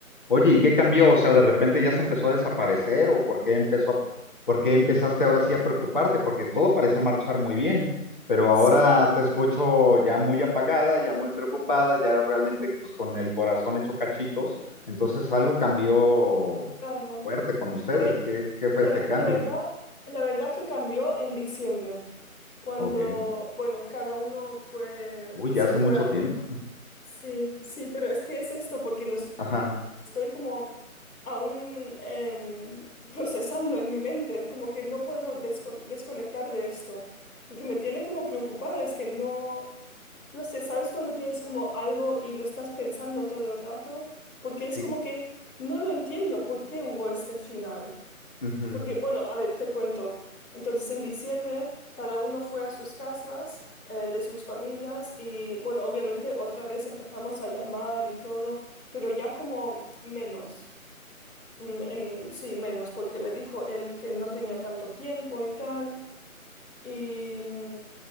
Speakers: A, on the left; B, in the centre.
A: Oye, ¿y qué cambió? O sea, de repente ya se empezó a desaparecer o por qué empezó a- por qué empezaste ahora sí a preocuparte? Porque todo parecía marchar muy bien, pero ahora
B: Sí, a-
A: te escucho ya muy apagada, ya muy preocupada, ya realmente pues, con el corazón hecho cachitos. Entonces algo cambió
B: claro.
A: fuerte con ustedes.
B: A ver,
A: ¿Qué, qué fue
B: la,
A: este cambio?
B: la verdad, la verdad que cambió en diciembre, cuando,
A: Ok.
B: bueno, cada uno fue,
A: Uy,
B: se
A: ya hace
B: fue
A: mucho
B: a...
A: tiempo.
B: Sí, sí, pero es que es esto, porque los
A: Ajá.
B: estoy como aún em, procesando en mi mente, como que no puedo desco- desconectar de esto, porque me tiene como preocupada, es que no, no sé, ¿sabes cuando tienes como algo y lo estás pensando todo el rato? Porque es
A: Sí.
B: como que no lo entiendo, ¿por qué hubo este final?
A: ujú.
B: Porque, bueno, a ver, te cuento. Entonces, en diciembre, cada uno fue a sus casas, eh, de sus familias, y bueno, obviamente otra vez empezamos a llamar y todo, pero ya como menos. Mm, en- sí, menos, porque me dijo él que no tenía tanto tiempo y tal, y mm,